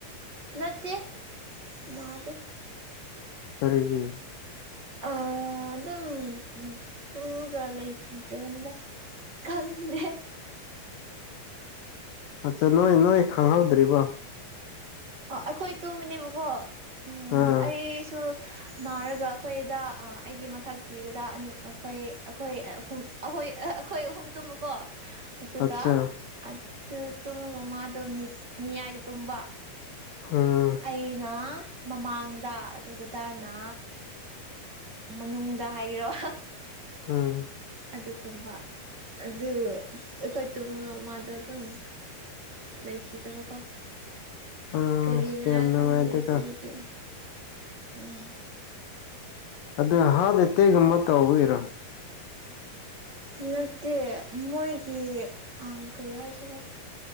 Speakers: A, on the right; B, on the left.
A: ꯅꯠꯇꯦ ꯅꯥꯗꯤ
B: ꯈꯔꯒ
A: ꯑ ꯑꯗꯨꯝ ꯇꯒ ꯂꯩꯈꯤꯗꯕꯅꯤꯗ ꯀꯥꯡꯪꯅꯦ
B: ꯑꯠꯆꯥ ꯅꯣꯏ ꯅꯣꯏ ꯈꯪꯍꯧꯗ꯭ꯔꯤꯕꯣ
A: ꯑꯣ ꯑꯩꯈꯣꯏ ꯇꯨꯝꯕꯅꯦꯕꯀꯣ ꯎꯝ
B: ꯑꯥ
A: ꯑꯩꯁꯨ ꯅꯥꯔꯒ ꯑꯩꯈꯣꯏꯗ ꯑꯩꯒꯤ ꯃꯊꯛꯀꯤꯗꯨꯗ ꯑꯩꯈꯣꯏ ꯑꯩꯈꯣꯏ ꯑꯩꯈꯣꯏ ꯑꯩꯈꯣꯏ ꯑꯍꯨꯝ ꯇꯨꯝꯃꯨꯀꯣ ꯑꯗꯨꯒ
B: ꯑꯠꯆꯥ
A: ꯑꯗꯨ ꯆꯨꯝꯂ ꯃꯃꯥꯗꯣ ꯃꯤꯌꯥꯏꯗ ꯇꯨꯝꯕ
B: ꯎꯝ
A: ꯑꯩꯅ ꯃꯃꯥꯡꯗ ꯑꯗꯨ ꯗꯗꯥꯅ ꯃꯅꯨꯡꯗ ꯍꯥꯏꯔꯣ
B: ꯑꯝ
A: ꯑꯗꯨ ꯇꯨꯝꯕ ꯑꯗꯨ ꯑꯩꯈꯣꯏ ꯇꯨꯝꯒ ꯃꯥꯗꯣ ꯑꯗꯨꯝ ꯂꯩꯣꯏꯈꯤ ꯇꯧꯕꯀꯣ
B: ꯑꯁ
A: ꯀꯔꯤꯅꯔ
B: ꯌꯥꯝ ꯅꯨꯡꯉꯥꯏꯇꯦꯀꯣ
A: ꯈꯪꯗꯦꯗꯏꯗꯤ ꯎꯝ
B: ꯑꯗꯨꯗ ꯍꯥꯗꯦ ꯇꯦꯒ ꯃ ꯇꯥꯎꯕ ꯏꯔ
A: ꯅꯠꯇꯦ ꯃꯣꯏꯒꯤ ꯀꯔꯤ ꯍꯥꯏꯁꯤꯔꯣ